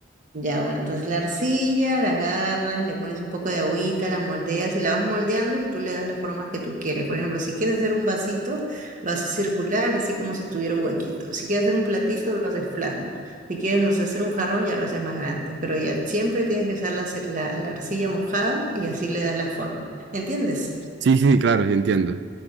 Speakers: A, on the right; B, on the right.
A: Ya, bueno, entonces la arcilla, la agarras, le pones un poco de agüita, la moldeas y la vas moldeando y tú le das las formas que tú quieres. Por ejemplo, si quieres hacer un vasito, lo haces circular, así como si tuviera un huequito. Si quieres hacer un platito, lo haces plano. Si quieres, no sé, hacer un jarrón, ya lo haces más grande. Pero ya siempre tienes que usar la, ce- la la arcilla mojada y así le das la forma. ¿Entiendes?
B: Sí, sí, claro, sí entiendo.